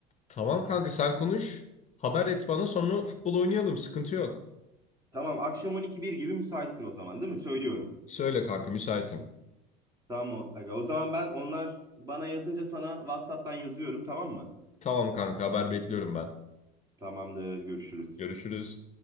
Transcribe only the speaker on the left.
Tamam kanka sen konuş. Haber et bana sonra futbol oynayalım. Sıkıntı yok.
Söyle kanka müsaitim.
Tamam kanka haber bekliyorum ben.
Görüşürüz.